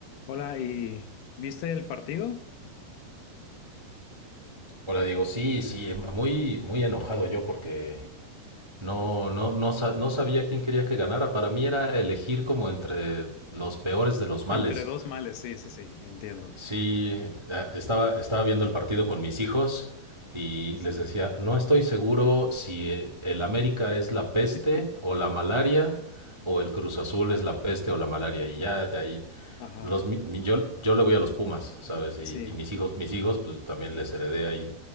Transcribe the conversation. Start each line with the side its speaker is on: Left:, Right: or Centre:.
Left: Hola, ¿y viste el partido?
Right: Hola Diego, sí, sí, em, muy, muy enojado yo porque no, no, no, sa- no sabía quién quería que ganara. Para mí era elegir como entre los peores de los
Left: Entre
Right: males.
Left: dos males, sí, sí, sí, entiendo.
Right: Sí, eh, estaba, estaba viendo el partido con mis hijos y
Left: Sí.
Right: les decía, no estoy seguro si eh, el América es la peste
Left: <laughs>
Right: o la malaria o el Cruz Azul es la peste o la malaria. Y ya de ahí,
Left: Ajá,
Right: los, mi- mi- yo, yo le voy a los Pumas, ¿sabes? Y,
Left: sí,
Right: y mis hijos, mis hijos, pues también les heredé ahí